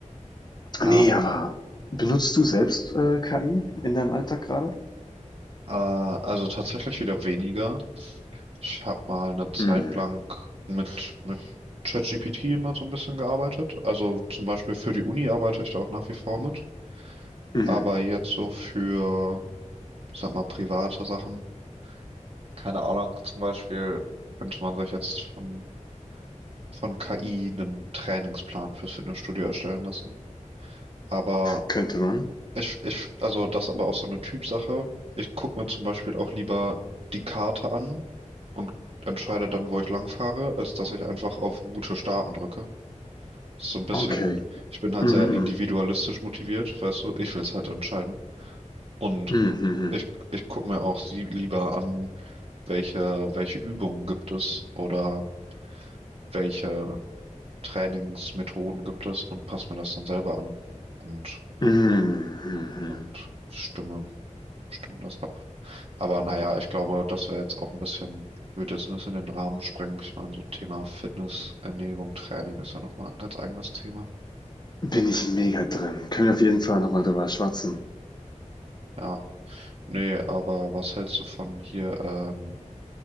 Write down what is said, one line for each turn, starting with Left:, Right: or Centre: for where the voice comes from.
Right: Ja,
Left: Nee, aber benutzt du selbst äh, KI in deinem Alltag gerade?
Right: Ja, äh, also tatsächlich wieder weniger. Ich habe mal eine Zeit
Left: Hm.
Right: lang mit, mit ChatGPT immer so ein bisschen gearbeitet. Also zum Beispiel für die Uni arbeite ich da auch nach wie vor mit.
Left: Hm.
Right: Aber jetzt so für, ich sag mal, private Sachen, keine Ahnung, zum Beispiel könnte man sich jetzt von, von KI einen Trainingsplan fürs Fitnessstudio erstellen lassen. Aber
Left: Könnte man.
Right: ich, ich, also das ist aber auch so eine Typsache. Ich gucke mir zum Beispiel auch lieber die Karte an und entscheide dann, wo ich lang fahre, als dass ich einfach auf Route starten drücke. ist so ein bisschen,
Left: Okay.
Right: ich bin halt
Left: Mhm,
Right: sehr
Left: mhm.
Right: individualistisch motiviert, weißt du, ich will es halt entscheiden. Und
Left: Mhm, mhm.
Right: Ich, ich gucke mir auch sie lieber an, welche, welche Übungen gibt es oder welche Trainingsmethoden gibt es und passe mir das dann selber an und,
Left: Mhm, mhm. mhm.
Right: und stimme, stimme das ab. Aber naja, ich glaube, das wäre jetzt auch ein bisschen, würde jetzt ein bisschen den Rahmen sprengen. Ich meine, so Thema Fitness, Ernährung, Training ist ja nochmal ein ganz eigenes Thema.
Left: Bin ich mega drin. Können wir auf jeden Fall nochmal drüber schwatzen.
Right: Ja, nee, aber was hältst du von hier, ähm,